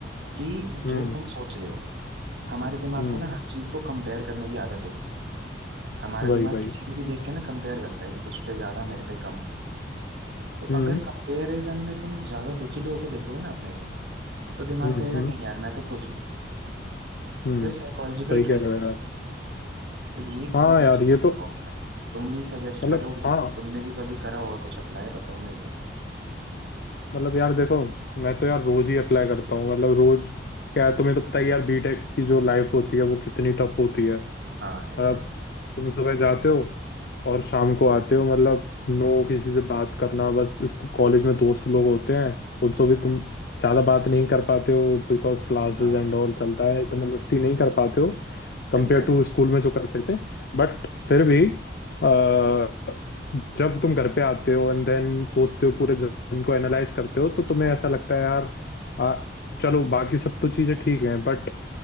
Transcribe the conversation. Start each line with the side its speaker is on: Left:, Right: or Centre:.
Right: कि
Left: हम्म
Right: जो तुम सोच रहे हो हमारे दिमाग
Left: हम्म
Right: को ना हर चीज को कंपेयर करने की आदत होती है हमारा
Left: वही
Right: दिमाग
Left: वही
Right: किसी को भी देख के ना कंपेयर करता है कि उस पे ज्यादा मेरे पे कम तो
Left: हम्म
Right: अगर कंपेरिजन में तुम ज्यादा दुखी लोगों को देखोगे ना अपने से तो दिमाग
Left: हम्म
Right: कहेगा
Left: हम्म
Right: नहीं यार मैं तो खुश हूँ
Left: हम्म
Right: तो ये साइकोलॉजिकल
Left: सही
Right: ट्रिक
Left: कह रहे हो
Right: है
Left: यार
Right: तो ये एक
Left: हाँ
Right: बहुत अच्छा
Left: यार ये
Right: तरीका
Left: तो
Right: होता है तुम भी सजेस्ट
Left: मतलब
Right: करोगे
Left: हाँ
Right: तुमने भी कभी करा होगा कुछ अप्लाई बताओ मेरे को
Left: मतलब यार देखो मैं तो यार रोज ही अप्लाई करता हूँ मतलब रोज क्या है तुम्हें तो पता ही है यार बीटेक की जो लाइफ होती है वो कितनी टफ होती है
Right: हाँ
Left: मतलब
Right: एग्जैक्टली
Left: तुम सुबह जाते हो और शाम को आते हो मतलब नो किसी से बात करना बस इसको कॉलेज में दोस्त लोग होते हैं उनसे भी तुम ज्यादा बात नहीं कर पाते हो बिकॉज क्लासेस
Right: हाँ
Left: एंड ऑल चलता है इतना मस्ती नहीं कर पाते हो कंपेयर
Right: सही कह रहे
Left: टू
Right: हो
Left: स्कूल में जो करते थे बट फिर भी अ, जब तुम घर पे आते हो एंड देन सोचते हो पूरे दिन को एनालाइज करते हो तो तुम्हें ऐसा लगता है यार आ, चलो बाकी सब तो चीजें ठीक हैं बट